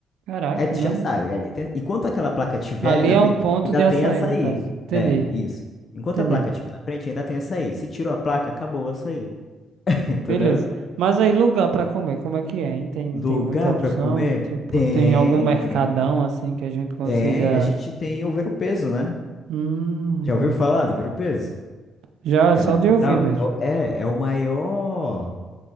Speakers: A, on the right; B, on the left.
A: Caraca,
B: Aí tu
A: não.
B: já sabe, ali tem- enquanto aquela placa tiver
A: Ali
B: ali na
A: é
B: frente,
A: um ponto
B: ainda
A: de
B: tem
A: açaí,
B: açaí.
A: no caso. Entendi,
B: É, isso. Enquanto
A: entendi.
B: a placa tiver na frente, ainda tem açaí. Se tirou a placa, acabou o açaí. <laughs> Entendeu?
A: Beleza. Mas aí, lugar pra comer, como é que é, hein? Tem,
B: Lugar
A: tem muita opção?
B: pra comer?
A: Tipo,
B: Tem,
A: tem algum mercadão
B: tem,
A: assim que a gente consiga.
B: tem. A gente tem o ver o peso, né?
A: Hum,
B: Já ouviu falar do Viro-Peso?
A: já
B: Fica
A: é só
B: na capital.
A: de ouvir mesmo.
B: É, o- é é o maior.